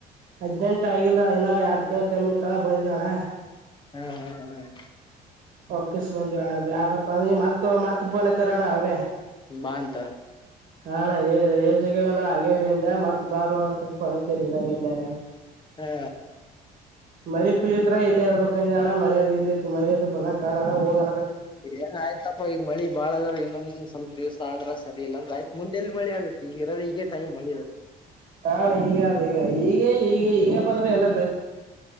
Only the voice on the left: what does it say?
ಹ್ಮ್ ಹ್ಮ್ ಹ್ಮ್
ಬಾ ಅಂತ.
ಹಾ
ಏನ್ ಆಯ್ತಪ್ಪಾ ಈಗ ಮಳಿ ಅದಾವ ಇನ್ನೊಂದ್ ಸ್ವಲ್ಪ ದಿವಸ ಆದ್ರ ಸರಿಲ್ಲ ಅಂದ್ರೆ ಆಯ್ತ್ ಮುಂದೆಲ್ಲಿ ಮಳಿ ಆಗುತ್ತೆ. ಈಗ ಇರದ ಈಗೇ ಟೈಮ್ ಮಾಡಿ.